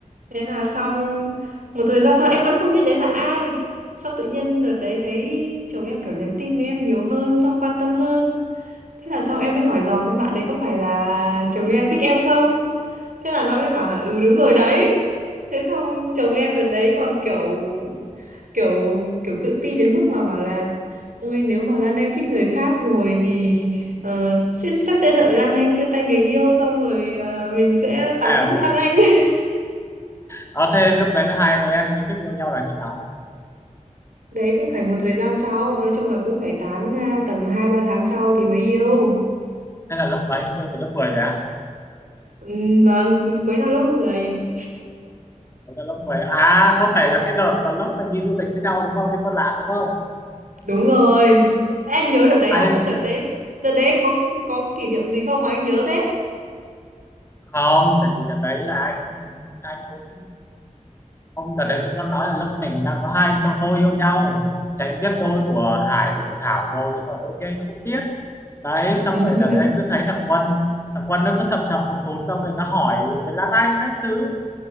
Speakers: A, on the right; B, on the left.
A: thế là xong một thời gian sau em vẫn không biết đấy là ai xong tự nhiên đợt đấy thấy chồng em kiểu nhắn tin với em nhiều hơn xong quan tâm hơn Thế là sau em mới hỏi dò con bạn đấy có phải là chồng em thích em không? Thế là nó mới bảo là ừ đúng rồi đấy. Thế xong chồng em đợt đấy còn kiểu kiểu kiểu tự ti đến mức mà bảo là ôi nếu mà Lan Anh thích người khác rồi thì ờ, sẽ- chắc sẽ đợi Lan Anh chia tay người yêu xong rồi ờ, mình sẽ tán
B: Ảo.
A: Lan Anh. <laughs>
B: Ờ thế lúc đấy là hai đứa em chính thức yêu nhau là khi nào?
A: Đấy cũng phải một thời gian sau, nói chung là cũng phải tán à, tầm 2 3 tháng sau thì mới yêu.
B: Hay là lớp mấy? Yêu từ lớp 10 rồi á?
A: Ừ, vâng, cuối năm lớp mười
B: Đấy là lớp 10. À có phải là cái đợt mà lớp mình đi du lịch với nhau đúng không? Đi Con Lạn đúng không?
A: Đúng rồi. Anh nhớ đợt đấy à?
B: Ai
A: Thế
B: sẽ-
A: đợt đấy, đợt đấy anh có có kỷ niệm gì không mà anh nhớ thế?
B: không, tại vì đợt đấy là anh anh cũng Hôm đợt đấy chúng nó nói là lớp mình đang có hai đôi yêu nhau thì anh biết đôi của Hải với của Thảo rồi chứ còn đôi kia anh không biết đấy
A: Ừ.
B: xong rồi đợt đấy anh cứ thấy thằng Quân thằng Quân nó cứ thầm thầm thụt thụt xong rồi nó hỏi về Lan Anh các thứ